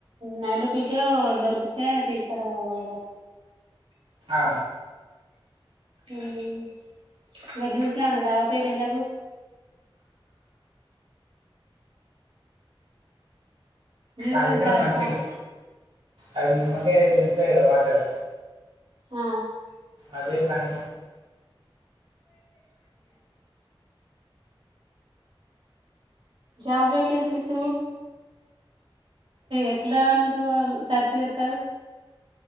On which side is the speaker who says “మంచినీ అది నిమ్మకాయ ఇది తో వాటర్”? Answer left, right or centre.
Right